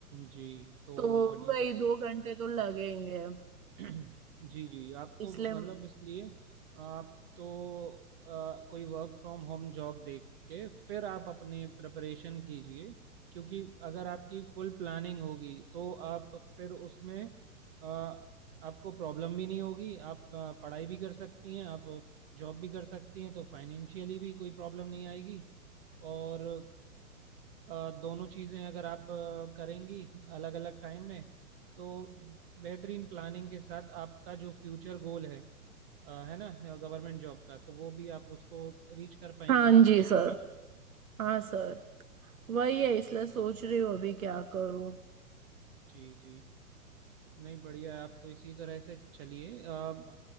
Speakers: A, on the right; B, on the right.
A: जी तो
B: तो
A: व्हाट यू
B: वही
A: थिंक
B: दो घंटे तो लगेंगे
A: जी जी आप तो
B: इसलिए
A: मतलब इसलिए आप तो अ, कोई वर्क फ्रॉम होम जॉब देख के फिर आप अपनी प्रिपरेशन कीजिए क्योंकि अगर आपकी फुल प्लानिंग होगी तो आप फिर उसमें अ, आपको प्रॉब्लम भी नहीं होगी आप अ, पढ़ाई भी कर सकती हैं आप जॉब भी कर सकती हैं तो फाइनेंशियली भी कोई प्रॉब्लम नहीं आएगी और अ, दोनों चीज़ें अगर आप अ, करेंगी अलग अलग टाइम में तो बेहतरीन प्लानिंग के साथ आपका जो फ्यूचर गोल है अ, है ना गवर्नमेंट जॉब का तो वो भी आप उसको रीच कर पाएंगी
B: हाँ जी सर हाँ सर वही
A: जी
B: है इसलिए सोच रही हूँ अभी क्या करूँ
A: जी जी नहीं बढ़िया है आप तो इसी तरह से चलिए आप